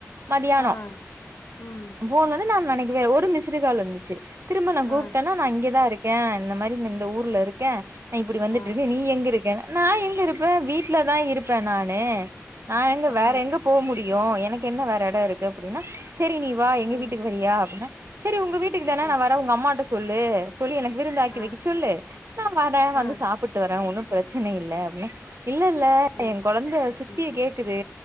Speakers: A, on the right; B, on the left.
A: மதியானோ
B: ஆ ம்
A: போன் வந்து நா நெனைக்வே ஒரு மிஸ்டு கால் இருந்துச்சு திரும்ப நா கூப்ட்டன்னா
B: ஆ
A: நா இங்கதா இருக்கே இந்த மாதரி நா இந்த ஊர்ல இருக்கே இப்டி வந்துட்டுருக்க
B: ஆ
A: நீ எங்க இருக் க்க நா எங்க இருப்ப வீட்டுலதா இருப்ப நானு நா எங்க
B: ஆ
A: வேற எங்கப் போ முடியு எனக்கு என்ன வேற எடோ இருக்கு அப்டின்னா செரி நீ வா எங்க
B: ஆ
A: வீட்டுக்கு வறியா அப்டின்னா செரி உங்க வீட்டுக்குதான
B: ம்
A: நா வர உங்க அம்மாட்ட சொல்லு சொல்லி எனக்கு விருந்தாக்கி
B: ஆ
A: வைக்க சொல்லு நா வர வந்து
B: ஆ
A: சாப் புட்டு வர ஒன்னு பிரச்சன இல்ல அப்டின இல்ல இல்ல
B: ம்
A: என் கொழந்த சித்திய
B: ம்
A: கேக்குது